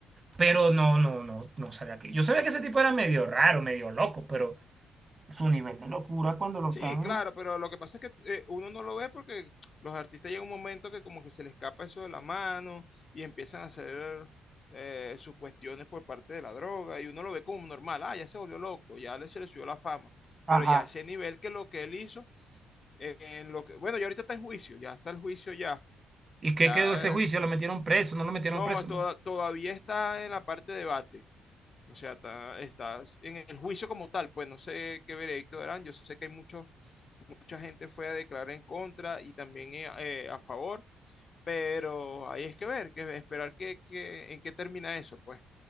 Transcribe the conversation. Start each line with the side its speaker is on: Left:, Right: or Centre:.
Right: Pero no, no, no, no sabía que. Yo sabía que ese tipo era medio raro, medio loco, pero su nivel de locura cuando lo
Left: Sí,
Right: están.
Left: claro, pero lo que pasa es que eh, uno no lo ve porque los artistas llega un momento que como que se les escapa eso de la mano y empiezan a hacer eh, sus cuestiones por parte de la droga y uno lo ve como normal, ah, ya se volvió loco, ya le se le subió la fama,
Right: Ajá.
Left: pero ya a ese nivel que lo que él hizo, eh, en lo que, bueno, ya ahorita está en juicio, ya está el juicio ya,
Right: ¿Y
Left: ya,
Right: qué quedó ese juicio?
Left: eh,
Right: ¿Lo metieron preso? ¿No lo metieron
Left: no,
Right: preso?
Left: to- todavía está en la parte de debate, o sea, está, está en el juicio como tal, pues no sé qué veredicto darán, yo sé que hay muchos mucha gente fue a declarar en contra y también eh, eh, a favor, pero ahí es que ver, que esperar que, que- en qué termina eso, pues,